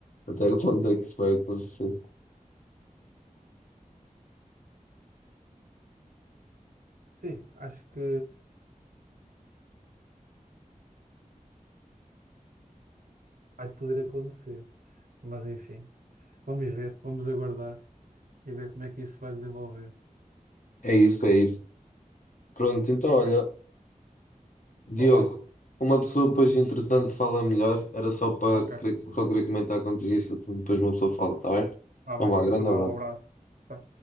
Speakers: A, on the left (about 70°); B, on the right (about 85°).
A: até quando é que isso vai acontecer.
B: Sim, acho que vai poder acontecer. Mas enfim, vamos ver, vamos aguardar e ver como é que isso vai desenvolver.
A: É isso, é isso. Pronto, então
B: Ok.
A: olha. Diogo,
B: Então vá,
A: uma pessoa depois entretanto fala melhor, era só para
B: ok.
A: querer- só querer comentar contigo isso, depois uma pessoa fala, está bem?
B: Tá
A: Então
B: bem.
A: vá,
B: Então
A: grande
B: vá,
A: abraço.
B: um abraço. Tchau.